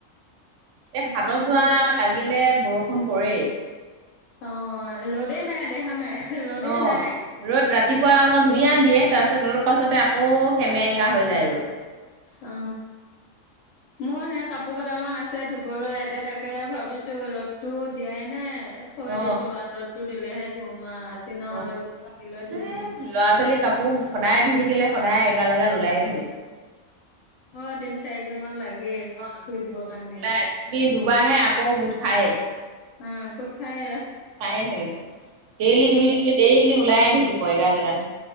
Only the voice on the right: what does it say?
এই হাতত
চোৱা
লাগিলে বৰষুণ পৰেই।
অ
ৰ'দ ৰাতিপুৱা আকৌ ধুনীয়া। দিয়ে তাৰ পাছত অলপ পাছতে আকৌ খেমেকা হৈ যায়গৈ।
অ
অ
এ
ল'ৰা ছোৱালী কাপোৰ সদায় ধুই থাকিলে সদায়। এ গাল এগাল ওলাইে থাকে।
অ
উম
ওলাই তুমি ধুবহে আকৌ গোট খায়েই।
খায়ে থাকে ডেইলি ধুই থাকিলে ডেইলি ওলাইে থাকিব এগাল এগাল।